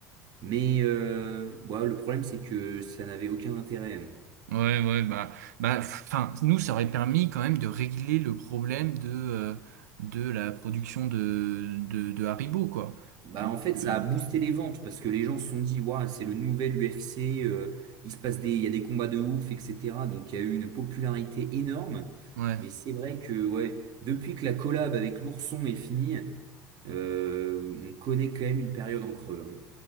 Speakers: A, on the right; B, on the right.
A: mais euh, bah, le problème c'est que ça n'avait aucun intérêt.
B: Ouais, ouais, bah, bah, enfin, nous, ça aurait permis quand même de régler le problème de, euh, de la production de, de, de Haribo, quoi.
A: Bah
B: Donc,
A: en fait, ça
B: euh,
A: a boosté les ventes, parce que les gens se sont dit, waouh, c'est le nouvel UFC, euh, il se passe des, il y a des combats de ouf, etc. Donc il y a eu une popularité énorme.
B: ouais.
A: Mais c'est vrai que ouais, depuis que la collab avec l'ourson est finie, euh, on connaît quand même une période en creux. hein.